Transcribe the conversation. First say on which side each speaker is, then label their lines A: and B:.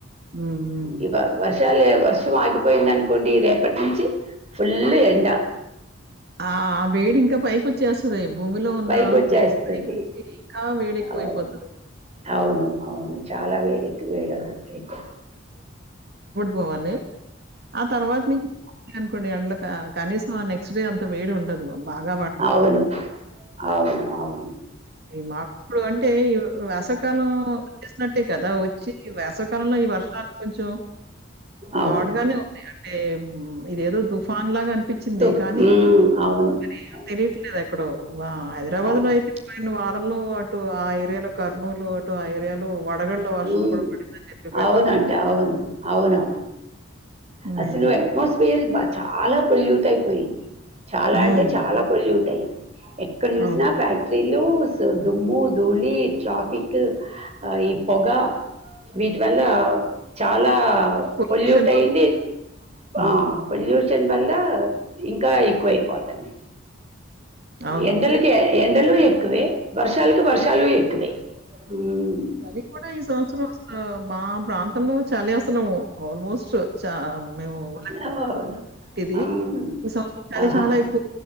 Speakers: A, on the right; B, on the right.
A: హ్మ్. హ్మ్.
B: ఇవ వర్షాలే వర్షం ఆగిపోయింది అనుకోండి ఈ రేపటి నుంచి ఫుల్ ఎండ
A: ఆ వేడి ఇంకా పైకి వచ్చేస్తది భూమిలో ఉన్న
B: పైకొచ్చేస్తది.
A: వేడి ఇంకా వేడి ఎక్కువైపోతుది
B: అవును. అవును అవును చాలా వేడెక్కి వేడ అతు
A: పోవాలి ఆ తర్వాత ను అనుకోండి అ కనీసం ఆ నెక్స్ట్ నెక్స్ట్ డే అంత వేడి ఉండదు బాగా వాడు
B: అవును అవును అవును
A: ఈ మాకు ఇప్పుడు అంటే ఈ వేసవికాలం వచ్చేసినట్టే కదా వచ్చి వేసవికాలంలో ఈ వర్షాలు కొంచం
B: అవును
A: హాట్ గానే ఉంది అంటే ఇదేదో తుఫాన్ లాగా అనిపించింది
B: తు
A: కానీ
B: మ్మ్ అవును
A: మరే ఏం
B: అవును
A: తెలియట్లేదు ఎక్కడో వా హైదరాబాద్
B: అవును
A: లో అయితే పోయిన వారంలో అటు ఆ ఏరియాలో కర్నూలు అటు ఆ ఏరియాలో వడగళ్ళ వర్షం
B: ఉమ్
A: కూడా పడిందని చెప్పి పేపర్‌లో
B: అవును అంట అవును అవును
A: హ్మ్. హ్మ్.
B: అసలు ఎట్మాస్ఫియర్ చాలా పొల్యూట్ అయిపోయింది చాలా
A: హ్మ్.
B: అంటే చాలా పొల్యూట్ అయింది ఎక్కడ చూసినా
A: అవును.
B: ఫ్యాక్టరీలు సో దుమ్ము ధూళి ట్రాఫిక్ అ పొగ వీటి వల్ల చాలా
A: పొల్యూషన్
B: పొల్యూట్ అయింది
A: వల్ల హ్మ్.
B: ఆ పొల్యూషన్ వల్ల ఇంకా ఎక్కువైపోతుంది
A: అవును.
B: ఎండలకే ఎండలు ఎక్కువే వర్షాలకు వర్షాలు ఎక్కువే ఉమ్
A: చలి కూడా ఈ సంవత్సరం అసలు మా ప్రాంతంలో చలి అసలు ఆల్మోస్ట్ చ మేము ఉన్న
B: అవును.
A: ఇది
B: అవును.
A: ఈ సంవత్సరం చలి
B: ఆహా!
A: చాలా ఎక్కువ